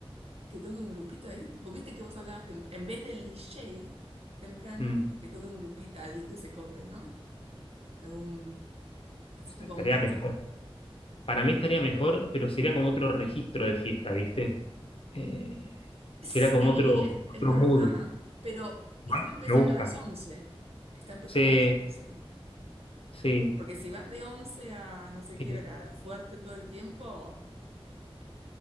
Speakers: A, on the right; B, on the left.
A: que toque un grupito ahí? Tipo, viste que vos hablabas tem- en vez del DJ temprano,
B: Mm,
A: que toque un grupito, alguien que se cope, ¿no? Algún así
B: esta-
A: tipo
B: estaría
A: de música.
B: mejor. Para mí estaría mejor, pero sería como otro registro de fiesta, ¿viste? Eh,
A: Sí,
B: sería como otro, otro
A: es verdad,
B: mood.
A: pero
B: Bueno,
A: está empezando
B: me gusta.
A: a las once Está empezando
B: Sí,
A: a las once
B: sí.
A: Porque si vas de 11 a no sé
B: Eh,
A: qué hora, fuerte todo el tiempo,